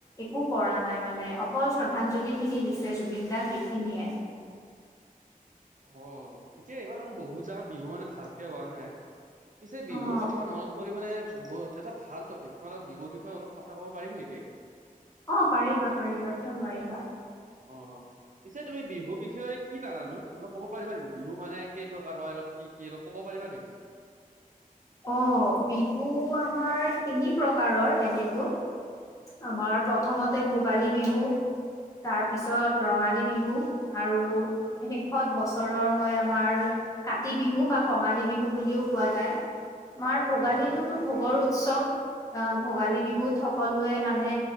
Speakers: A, on the left; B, on the right.
A: একো কৰা নাই মানে অকল শ্ৰদ্ধাঞ্জলি খিনি দিছে জুবিন দাক সেইখিনিয়ে
B: অ ঠিকেই এইবাৰ মানে বহুত জাগা বিহু মানে ভালকে হোৱা নাই পিছে বিহুৰ
A: অ',
B: কথা মনত পৰি মানে বহুত এটা ভাল টপিক তোমাৰে বিহুৰ বিষয়ে অলপ কথা ক'ব পাৰিম নেকি
A: অ পাৰিবা পাৰিবা কিয় নোৱাৰিবা
B: অ অ পিছে তুমি বিহুৰ বিষয়ে কি জানো অলপ ক'ব পাৰিবা নেকি বিহু মানে কেই প্ৰকাৰ হয় অলপ কি কি অলপ ক'ব পাৰিবা নেকি
A: অ বিহু আমাৰ তিনি প্ৰকাৰৰ এনেতো আমাৰ প্ৰথমতে ভোগালী বিহু তাৰ পিছত ৰঙালী বিহু আৰু শেষত বছৰৰ হয় আমাৰ কাতি বিহু বা কঙালী বিহু বুলিও কোৱা যায়। মাৰ ভোগালীতোটো
B: অ আচ্ছা
A: ভোগৰ উৎসৱ। আঁ--ভোগালী বিহুত সকলোৱে মানে,